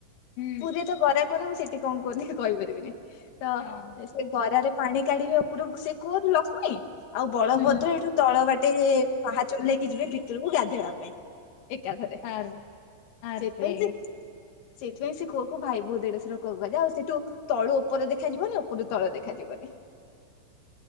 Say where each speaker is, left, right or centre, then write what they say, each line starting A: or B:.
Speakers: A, on the left; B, on the left.
A: ହୁଁ
B: ପୁରା ତ ଗରା କହନି ମୁଁ ସେଠି କଣ କହୁନି କହିପାରିବିନି ତ
A: ହଁ
B: ସେ ଗରାରେ ପାଣି କାଢିବେ ଉପରକୁ ସେ କୁହ ଲକ୍ଷ୍ମୀ ଆଉ ବଳଭଦ୍ର
A: ହୁଁ
B: ଏଇଠୁ ତଳ ବାଟେ ପାହାଚ ଚଲେଇକି ଯିବେ ଭିତରକୁ ଗାଧୋଇବା ପାଇଁ ଏକାଥରେ
A: ଆର୍ ଆରେ
B: ସେଇଥିପାଇଁ ସେ ସେଇଥିପାଇଁ ସେ କୂଅ କୁ ଭାଇ ବହୁ ଦେଢସୁର କୂଅ କୁହାଯାଏ ଆଉ ସେଇଠୁ ତଳୁ ଉପରେ ଦେଖାଯିବନି ଉପରେ ତଳେ ଦେଖାଯିବନି